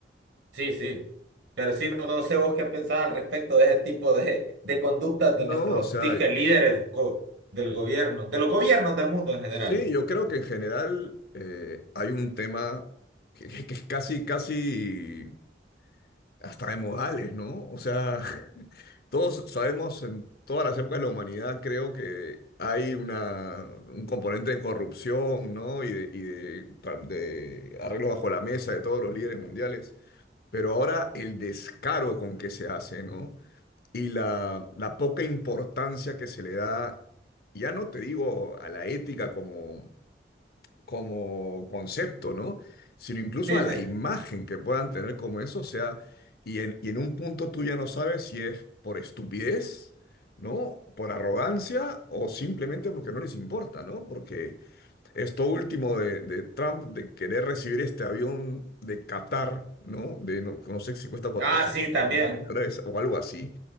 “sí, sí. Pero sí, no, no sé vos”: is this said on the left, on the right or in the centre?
Right